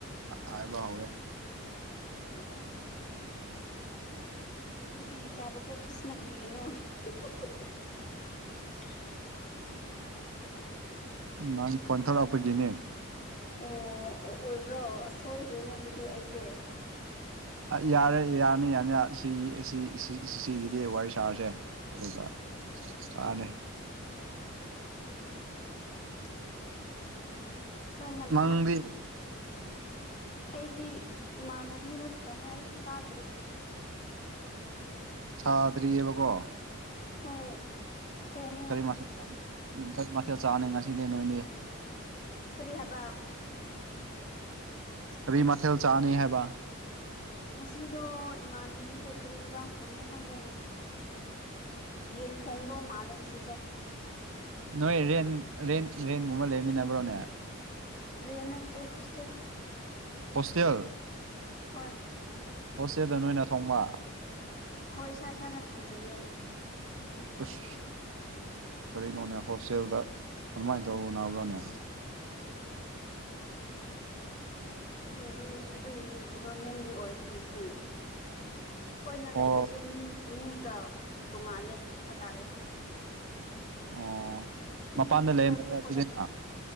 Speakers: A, on the right; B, on the left.
A: ꯍꯥꯏꯕ ꯍꯧꯔꯦ꯫
B: ꯑꯣ ꯑꯗꯨꯗꯤ ꯆꯥꯕ ꯇ ꯀ꯭ꯔꯤꯁꯤꯅ ꯀꯔꯤꯒꯅꯣ <inaudible>
A: ꯅꯪ ꯐꯣꯟ ꯊꯣꯛꯂꯛꯄꯒꯤꯅꯦ
B: ꯑꯣ ꯑꯣꯏꯕ꯭ꯔꯣ ꯁꯣꯏꯈ꯭ꯔꯦꯅꯦ ꯑꯗꯨꯗꯤ ꯑꯩꯁꯦ
A: ꯌꯥꯔꯦ ꯌꯥꯔꯅꯤ ꯌꯥꯅꯤ ꯁꯤ ꯁꯤꯒꯤꯗꯤ ꯋꯥꯔꯤ ꯁꯥꯔꯁꯦ ꯑꯗꯨꯒ ꯆꯔꯥꯅꯦ
B: <inaudible> ꯈꯔ ꯉꯟꯅ
A: ꯃꯪꯗꯤ
B: ꯑꯩꯗꯤ ꯏꯃꯥꯟꯅꯕꯤꯅ ꯊꯣꯡꯉꯦ ꯑꯩꯁꯨ ꯆꯥꯗ꯭ꯔꯤ
A: ꯁꯥꯗ꯭ꯔꯤꯑꯦꯕꯀꯣ
B: ꯍꯣꯏ ꯊꯣꯡꯉꯦ
A: ꯀꯔꯤ ꯃꯊꯦꯜ ꯀꯔꯤ ꯃꯊꯦꯜ ꯆꯥꯅꯤ ꯉꯁꯤꯗꯤ ꯅꯣꯏꯅꯤ
B: ꯀꯔꯤ ꯍꯥꯏꯕ <inaudible>
A: ꯀꯔꯤ ꯃꯊꯦꯜ ꯆꯥꯅꯤ ꯍꯥꯏꯕ
B: ꯉꯁꯤꯗꯣ ꯏꯃꯥꯟꯅꯕꯤꯗꯣ ꯀꯔꯤ ꯌꯦꯟꯖꯥꯡ ꯊꯣꯡꯉꯦꯅꯣ ꯈꯪꯗꯦ ꯌꯦꯡ ꯊꯣꯡꯗꯧ ꯃꯥꯜꯂꯦ ꯉꯥꯁꯤꯁꯦ
A: ꯅꯣꯏ ꯔꯦꯟ ꯔꯦꯟ ꯔꯦꯟꯒꯨꯝꯕ ꯂꯩꯃꯤꯟꯅꯕ꯭ꯔꯣꯅꯦ
B: ꯔꯦꯟ ꯅꯠꯇꯦ ꯍꯣꯁꯇꯦꯜ
A: ꯍꯣꯁꯇꯦꯜ
B: ꯍꯣꯏ
A: ꯍꯣꯁꯇꯦꯜꯗ ꯅꯣꯏꯅ ꯊꯣꯡꯕ
B: ꯍꯣꯏ ꯏꯁꯥ ꯏꯁꯥꯅ ꯊꯣꯡꯖꯩꯌꯦ
A: ꯑꯁ ꯀꯔꯤꯅꯣꯅꯦ ꯍꯣꯁꯇꯦꯜꯗ ꯑꯗꯨꯃꯥꯏꯅ ꯇꯧꯅꯕ꯭ꯔꯣꯅꯦ
B: ꯑꯗꯨꯒꯤꯗꯤ ꯑꯗꯨꯒꯤꯗꯤ ꯒꯣꯚꯔꯃꯦꯟꯒꯤ ꯑꯣꯏꯕꯒꯤꯗꯤ ꯈꯣꯏꯅ
A: ꯑꯣ
B: ꯂꯩꯕꯁꯦ ꯃꯤꯒ ꯇꯣꯡꯉꯥꯜꯂꯦ ꯍꯥꯏꯇꯥꯔꯦ
A: ꯑꯣ
B: ꯃꯤ
A: ꯃꯄꯥꯟꯗ
B: ꯍꯣꯁꯇꯦꯜ
A: ꯂꯩꯔꯃꯅꯦ
B: ꯑꯇꯣꯞꯄꯒ
A: ꯑꯗꯨꯗꯤ <unintelligible>